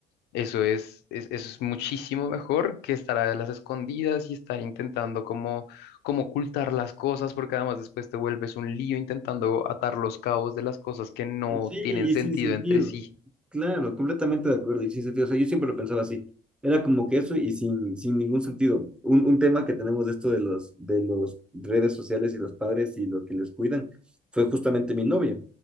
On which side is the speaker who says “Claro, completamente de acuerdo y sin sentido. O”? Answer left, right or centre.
Centre